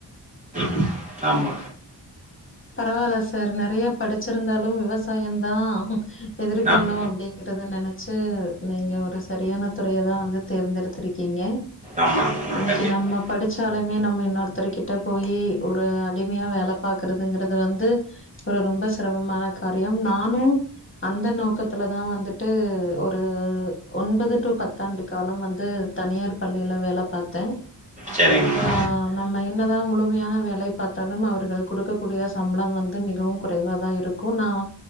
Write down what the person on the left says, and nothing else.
பரவாயில்ல சார் நெறைய படிச்சிருந்தாலும் விவசாயம்தான் எதிர்காலம்
அப்டிங்கறத நெனைச்சு நீங்க ஒரு சரியான துறைய தான் வந்து தேர்ந்தெடுத்துருக்கீங்க
இன்னைக்கு
நம்ம படிச்சாலுமே நம்ம இன்னொருத்தர் கிட்ட போயி ஒரு அடிமையா வேல பாக்குறதுங்கிறது வந்து ஒரு ரொம்ப சிரமமான காரியம் நானும் அந்த நோக்கத்துல தான் வந்துட்டு ஒரு <inaudible> ஒன்பது டு பத்தாண்டு காலம் வந்து தனியார் பள்ளியில வேல பாரத்தேன்
ஆ நம்ம என்னதான் முழுமையான வேல பாத்தாலும் அவர்கள் கொடுக்கக்கூடிய சம்பளம் வந்து மிகவும் குறைவா தான் இருக் கு நான்